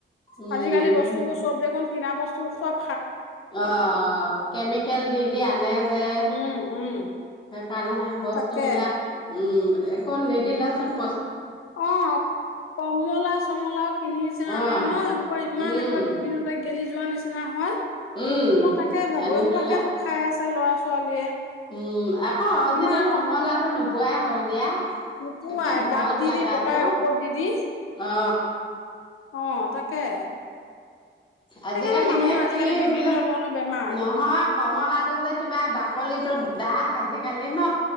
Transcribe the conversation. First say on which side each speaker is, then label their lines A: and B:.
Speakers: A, on the left; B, on the left.
A: উম
B: আজিকালি বস্তুবোৰ চব দেখোন কিনা বস্তু সব
A: অ কেমিকেল দি- দি আনে যে
B: উম -উম
A: কাৰণহে বস্তুবিলাক
B: তাকে
A: উম এক নিদিলাচোন
B: অ কমলা চমলাও কিনিছে আনে
A: অ
B: ন এক ইমান
A: উম
B: একেবাৰে দুদিনতে গেলি যোৱা নিচিনা হয়
A: উম
B: মই তাকে ভাবো
A: আনি
B: সবাকে
A: থলে
B: তো খাই আছ <unintelligible> আ ল'ৰা ছোৱালীয়ে
A: উম আকৌ অৰ্জিনেল
B: আমাৰ আকৌ
A: কমলাটো নুব পোৱাই হ'ল দিয়া
B: নোপোৱাই
A: একে ঘৰত
B: গাপ দি
A: লাগাতো
B: -দি পকাই ঔকত দি -দি
A: অ
B: অ তাকে
A: আজিকালিহে
B: সেইকাৰণে মানুহৰ আজিকালি
A: কি
B: বিভিন্ন
A: বোলে
B: ধৰণৰ বেমাৰ
A: নহয় কমলাটো যে কিবা বাকলিটো <unintelligible> দাঠ আজিকালি ন